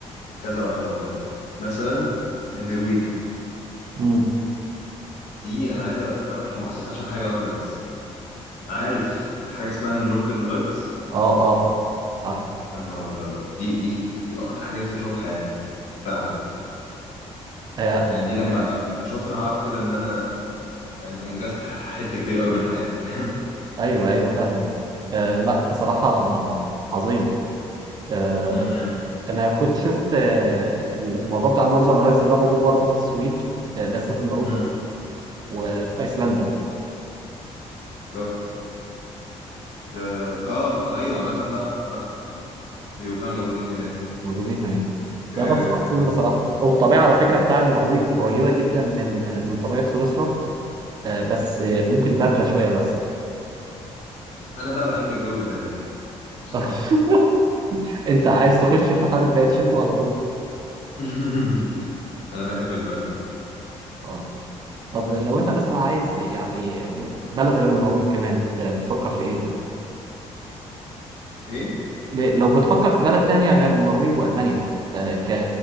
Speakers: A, on the left; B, on the right.
A: كذا واحدة والله مثلا النرويج
B: امم
A: دي انا عايز اروحها مخصوص عشان حاجه واحده بس عارف حاجه اسمها النوردرن لايتس
B: اه اه عارف
A: يا نهار ابيض دي دي دي اكتر حاجه نفسي اشوفها في حياتي فعلا
B: آه،
A: يعني دي لما اشوفها هعرف كده ان انا يعني انجزت حته كبيره قوي من حياتي <laughs>
B: ايوه ايوه فاهمك آه، لا بصراحة عظيم آه،
A: امم
B: انا كنت شفت آه، الموضوع بتاع النورذرن لايتس ده موجود برضه في السويد آه، بس في النرويج
A: امم
B: وفي ايسلندا
A: اه ده- اه ايوه عامه صح صح بيبقوا فعلا موجودين هناك
B: موجودين هناك
A: آه،
B: ده بس عظيم بصراحه والطبيعه على فكره بتاع النرويج قريبه جدا من آه، من طبيعه سويسرا آه، بس آه، ممكن بارده شويه بس
A: انا بقى بحب الجو البارد بصراحه
B: <laughs> انت عايز تخش في حاله بقت شتوي على طول
A: <laughs> انا بحب البرد
B: اه طب لو انت مثلا عايز يعني بلد غير النرويج كمان آه، تفكر في ايه
A: ايه
B: ب- لو بتفكر في بلد تانية غير النرويج وألمانيا آه، ك